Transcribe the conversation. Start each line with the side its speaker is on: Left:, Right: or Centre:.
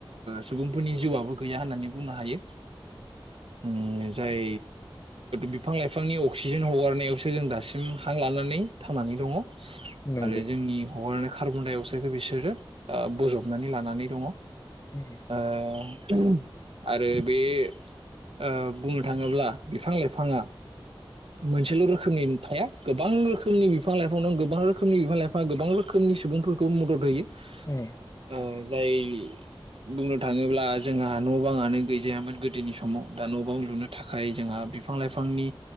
Right: सुबुंफोरनि जिउआबो गैया होननानै बुंनो हायो उम जाय बिफां लाइफांनि अक्सिजेन हगारनायावसो जों दासिम हां लानानै थांनानै दङ
Left: नंगौ
Right: आरो जोंनि हगारनाय कार्बन दाइ अक्साइखौ बिसोरो ओ बजबनानै लानानै दङ
Left: उम
Right: अ आरो बे ओ बुंनो थाङोब्ला बिफां लाइफाङा मोनसेल' रोखोमनि थाया गोबां रोखोमनि बिफां लाइफां दं गोबां रोखोमनि बिफां लाइफां गोबां रोखोमनि सुबुंफोरखौ मदद होयो
Left: ए
Right: ओ जाय बुंनो थाङोब्ला जोंहा न' बाङानो गैजायामोन गोदोनि समाव दा न' बां लुनो थाखाय जोंहा बिफां लाइफांनि